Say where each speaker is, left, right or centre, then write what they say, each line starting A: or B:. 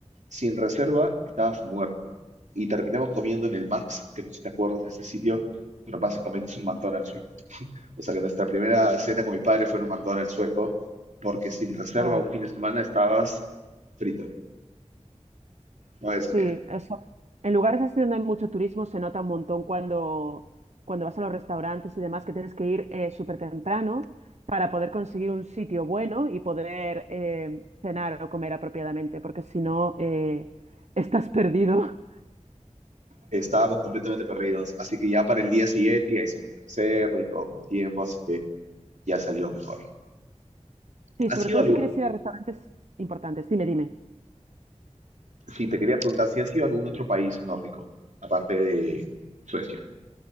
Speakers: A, on the right (about 80°); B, on the right (about 65°).
A: sin reserva, estabas muerto. Y terminamos comiendo en el Max, que no sé si te acuerdas de ese sitio, pero básicamente es un McDonald's sueco. O sea que nuestra primera cena con mi padre fue en un McDonald's sueco, porque sin reserva
B: Oh.
A: un fin de semana estabas frito, no había salida.
B: Sí, eso. En lugares así donde hay mucho turismo se nota un montón cuando, cuando vas a los restaurantes y demás que tienes que ir eh, súper temprano para poder conseguir un sitio bueno y poder eh, cenar o comer apropiadamente, porque si no eh, estás perdido. <laughs>
A: Estábamos completamente perdidos, así que ya para el día siguiente ya hicimos la reserva y todo con tiempo, así que ya salió mejor.
B: Sí,
A: ¿Ha
B: sobre
A: sido
B: todo
A: algún,
B: si quieres ir a restaurantes importantes. Dime, dime.
A: sí, te quería preguntar si ha sido algún otro país nórdico, aparte de Suecia?